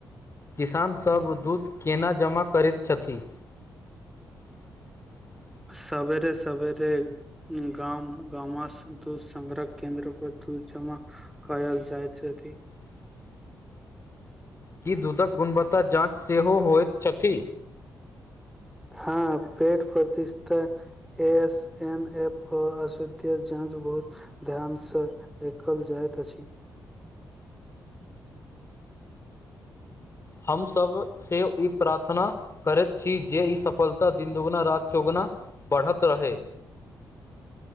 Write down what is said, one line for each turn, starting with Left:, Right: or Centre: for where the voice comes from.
Left: किसान सब दूध केना जमा करैत छथि <inaudible>
Centre: सवेरे सवेरे गाम दूध संग्रह केन्द्र पर दु जमा कयल जाइत अछि
Left: ह <inaudible> की दुधक गुणवत्ता जाँच सेहो होइत छथि
Centre: हँ पेथ प्रतिस्ठा एस एन एफ ओ असुद <unintelligible> के जाँच बहुत ध्यान से एकल जाइत अछि
Left: हमसभ से ई प्रार्थना करैत छी जे ई सफलता दिन दुगुना रात चौगुना बढ़त रहै